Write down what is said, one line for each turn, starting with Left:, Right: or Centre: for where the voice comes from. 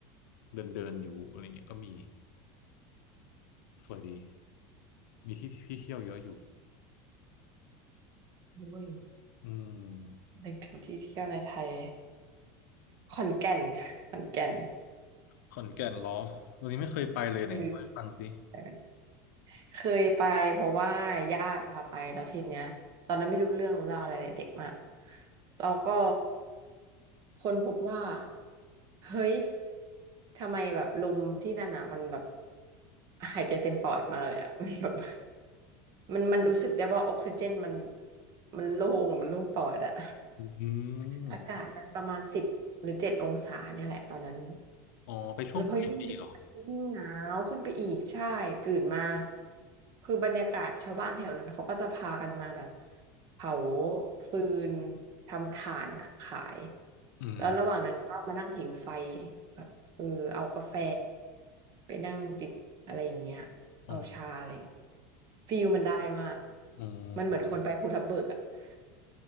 Left: เดินเดินอยู่อะไรเงี้ยก็มีสวยดีมีที่ที่เที่ยวเยอะอยู่
Right: โอ้ย
Left: อืม
Right: นึกถึงที่เที่ยวในไทยขอนแก่นขอนแก่น
Left: ขอนแก่นเหรอตอนนี้ไม่เคยไปเลยไหนเล่าให้ฟังสิ
Right: เออ เคยไปเพราะว่าญาติพาไปแล้วทีเนี้ยตอนนั้นไม่รู้เรื่องรู้ราวอะไรเลยเด็กมากเราก็ค้นพบว่าเฮ้ยทำไมแบบลมที่นั่นอ่ะมันแบบหายใจเต็มปอดมาเลยอ่ะ <laughs> มันแบบมันมันรู้สึกได้ว่าออกซิเจนมันมันโล่งอะมันโล่งปอดอ่ะ
Left: อืม
Right: อากาศมันประมาณสิบหรือเจ็ดองศาเนี่ยแหละตอนนั้น
Left: อ๋อไปช่วงปลายปีเหรอ
Right: แล้วพอยิ่งดึกก็ยิ่งหนาวขึ้นไปอีกใช่ตื่นมาคือบรรยากาศชาวบ้านแถวนั้นเขาก็จะพากันมาแบบเผาฟืนทำถ่านอะขาย
Left: อืม
Right: แล้วระหว่างนั้นก็มานั่งผิงไฟแบบเออเอากาแฟไปนั่งจิบอะไรอย่างเงี้ยเอาชาอะไรอย่างเงี้ย
Left: อ๋อ
Right: ฟีลมันได้มาก
Left: อืม
Right: มันเหมือนคนไปภูทับเบิกอะ <laughs>